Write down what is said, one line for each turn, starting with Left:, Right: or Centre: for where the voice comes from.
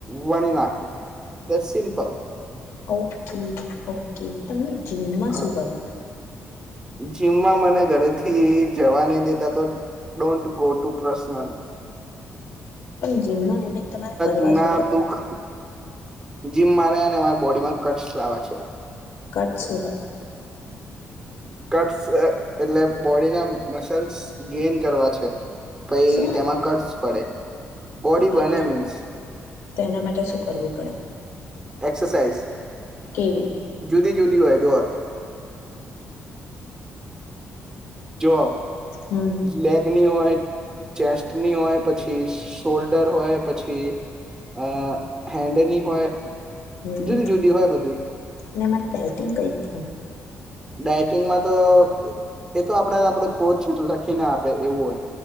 Right: વણી નાખુ જસ્ટ સિમ્પલ
Left: ઓકે ઓકે તમને જીમમાં
Right: હા
Left: શું ગમે?
Right: જીમમાં મને ઘરેથી જવા નહી દેતા તો ડોન્ટ ગો ટુ પ્રસ ન
Left: પણ જીમમાં એમને તમારે કરવા
Right: જૂના
Left: શું કર્યું
Right: દુઃખ જીમ મારે અને મારા બોડીમાં કટસ લાવવા છે.
Left: કટસ શું હોય?
Right: કટ્સ અ એટલે બોડીના મસલ્સ ગેન કરવા છે પઈ
Left: શું
Right: તેમાં કટ્સ પડે. બોડી
Left: આ
Right: બને મીન્સ
Left: તેના માટે શું કરવું પડે
Right: એક્સરસાઇઝ
Left: કેવી
Right: જુદી જુદી હોય જો જો
Left: હમ
Right: લેગની હોય ચેસ્ટની હોય પછી શોલ્ડર હોય. પછી અ હેન્ડની હોય
Left: હમ
Right: જુદી જુદી હોય બધી.
Left: ને એમાં ડાયટિંગ કઈ રીતનું હોય
Right: ડાયટિંગમાં તો એ તો આપડે આપડો કોચ લખીને આપે એવું હોય.